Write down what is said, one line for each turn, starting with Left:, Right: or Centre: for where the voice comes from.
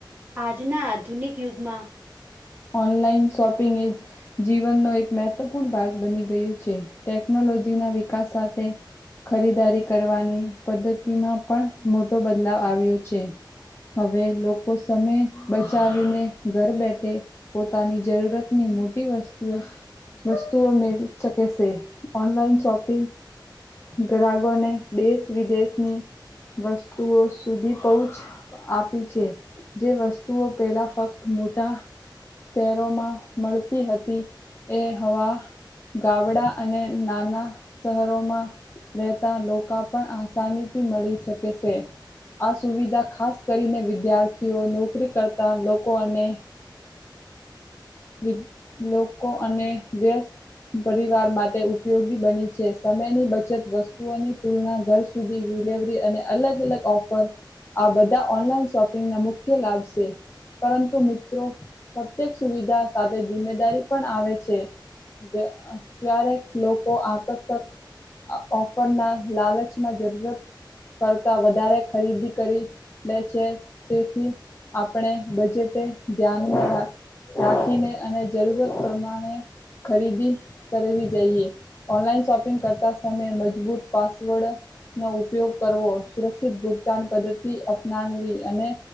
Right: આજના આધુનિક યુગમાં
Left: ઓનલાઈન શોપિંગ એ જીવનનો એક મહત્વપૂર્ણ ભાગ બની ગયું છે ટેકનોલોજી ના વિકાસ સાથે ખરીદારી કરવાની પદ્ધતિમાં પણ મોટો બદલાવ આવ્યો છે. હવે લોકો સમય બચાવીને ઘર બેઠે પોતાની જરૂરતની મોટી વસ્તુએ વસ્તુઓ મેળવી શકે છે ઓનલાઈન શોપિંગ ગ્રાહકોને દેશ વિદેશની વસ્તુઓ સુધી પહોચ આપી છે જે વસ્તુઓ પેલા ફક્ત મોટા શહેરોમાં મળતી હતી એ હવા ગાવડા અને નાના શહરોમાં ને તા લોકા પણ આસાનીથી મલી શકે છે. આ સુવિધા ખાસ કરીને વિદ્યાર્થીઓ નોકરી કરતા લોકો અને વિ લોકો અને વ્યસ્ત પરિવાર માટે ઉપયોગી બની છે. સમયની બચત વસ્તુઓની તુલના, ઘર સુધી વિલેવરી અને અલગ અલગ ઓફર આ બધા ઓનલાઈન શોપિંગ ના મુખ્ય લાભ સે પરંતુ મિત્રો પ્રત્યેક સુવિધા સાથે જિમ્મેદારી પણ આવે છે. વ્યા ક્યારેક લોકો આકર્ષક આ ઓફર ના લાલચમાં જરૂરત કરતા વધારે ખરીદી કરી લે છે તેથી આપણે બજેટે ધ્યાનમાં રાખ રાખીને અને જરૂરત પ્રમાણે ખરીદી કરવી જઈએ ઓનલાઈન શોપિંગ કરતા સમેય મજબૂત પાસવર્ડ નો ઉપયોગ કરવો, સુરક્ષિત ભુગતાન પદ્ધતિ અપનાવવી અને